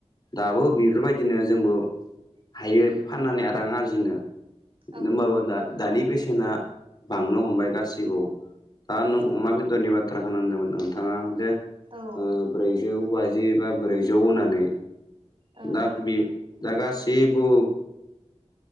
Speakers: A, on the left; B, on the right.
A: दाबो बेफोरबायदिनो जोंबो हायो फाननानै रां आरजिनो
B: औ
A: होमबाबो दा दानि बेसेना बांनो हमबाय गासिबो दा नों
B: नंगौ
A: अमा बेदरनि बाथ्राखौनो होनदोंमोन नोंथाङा जे
B: औ
A: ब्रै जौ बाजि बा ब्रैजौ होनानै
B: ओं
A: दा बे दा गासिबो